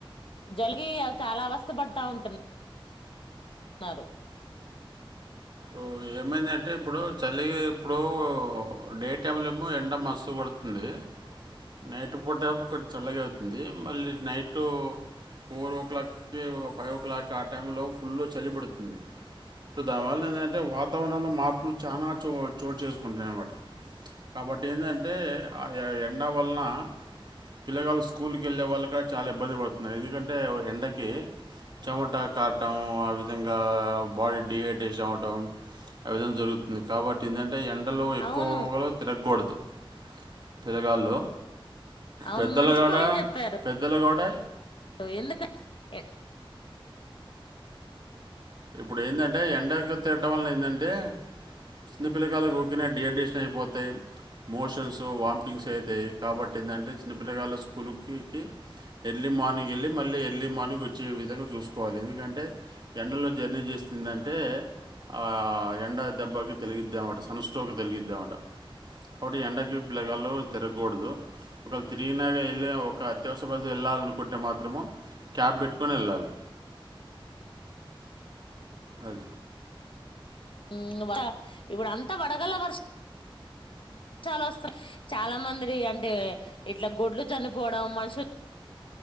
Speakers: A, on the left (about 65°); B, on the right (about 50°).
A: జరిగి అ చాలా అవస్థ పడతా ఉంటున్నా న్నారు
B: ఓ, ఏమైందంటే ఇప్పుడు చలి ఇప్పుడు డే టైమ్లో ఏమో ఎండ మస్తు కొడుతుంది నైట్ పూట కొంచెం చల్లగా అవుతుంది మళ్ళీ నైట్ ఫోర్ ఓ క్లాక్కి ఫైవ్ ఓ క్లాక్ ఆ టైమ్ లో ఫుల్ చలి పెడుతుంది ఇప్పుడు దానివల్ల ఏంటంటే వాతావరణంలో మార్పులు చాలా చో చోటు చేసుకుంటాయనమాట కాబట్టి ఎందంటే ఆ ఎండ వలన పిల్లగాలు స్కూల్కి వెళ్ళే వాళ్ళు కూడా చాలా ఇబ్బంది పడుతున్నారు ఎందుకంటే ఎండకి చెమట కారటం ఆ విధంగా బాడీ డిహైడ్రేషన్ అవ్వటం ఆ విధం జరుగుతుంది కాబట్టి ఏంటంటే ఎండలో ఎక్కువలో
A: అవును
B: తిరగకూడదు పిలగాళ్ళు
A: అవును
B: పెద్దలు
A: మంచి
B: కూడా
A: పాయింట్ చెప్పారు
B: పెద్దలు కూడా
A: ఎందుక ఎ
B: ఇప్పుడు ఏందంటే ఎండకు తిరగటం వల్ల ఏంటంటే చిన్న పిల్లకాయలకు ఊకనే డిహైడ్రేషన్ అయిపోతాయి మోషన్స్, వామిటింగ్స్ అవుతాయి కాబట్టి ఏంటంటే చిన్నపిల్లగాళ్ల స్కూలుకికి ఎర్లీ మార్నింగ్ వెళ్ళి మళ్ళీ ఎర్లీ మార్నింగ్ వచ్చే విధంగా చూసుకోవాలి ఎందుకంటే ఎండలో జర్నీ చేస్తుందంటే ఆ ఎండ దెబ్బాకి తగిలిద్దనమాట సన్ స్ట్రోక్ తలిగిద్ద అన్నమాట అప్పుడు ఎండకి పిల్లగాలు తిరగకూడదు ఒక తిరిగినా వెళ్ళ ఒక అత్యవసర పరిస్థితిలో వెళ్ళాలనుకుంటే మాత్రము క్యాప్ బెట్టుకొని వెళ్ళాలి అవు
A: మ్మ్ ఇప్పుడు అంతా వడగళ్ల వర్ష చాలా వస్తాయి చాలా మంది అంటే ఇట్లా గొడ్లు చనిపోవడం మనుషు